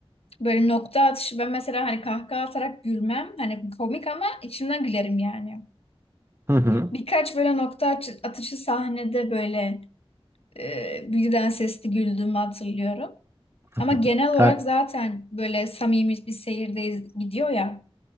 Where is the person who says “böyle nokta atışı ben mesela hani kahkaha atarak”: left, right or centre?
Left